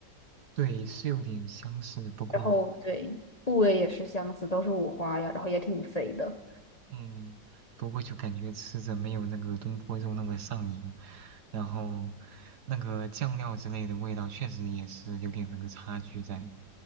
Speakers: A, on the right; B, on the left.
A: 对，是有点相似，不过。
B: 然后对，部位也是相似，都是五花呀，然后也挺肥的。
A: 嗯，不过就感觉吃着没有那个东坡肉那么上瘾，然后那个酱料之类的味道确实也是有点那个差距在。